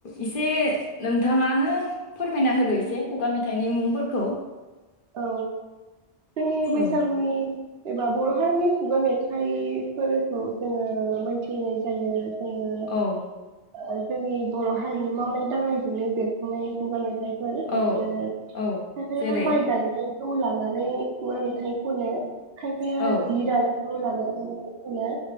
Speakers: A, on the left; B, on the right.
A: एसे नोंथाङानो फोरमायना होदो एसे खुगा मेथाइनि मुंफोरखौ
B: औ जोंनि बैसागुनि
A: औ
B: एबा बर' हारिनि खुगा मेथाइफोरखौ जोङो मोनथिनाय जायो जायो
A: औ
B: ओ जोंनि बर' हारिनि मावनाय दांनायजोंनो बेरखांनाय खुगा मे थायफोर
A: औ
B: बेफोरो
A: औ
B: खायफाया
A: जेरै
B: माइ गायनायखौ लानानै खुगा मेथाइ खनो खायफाया
A: औ
B: जि दानाय मुं लानानै मेथाइ खनो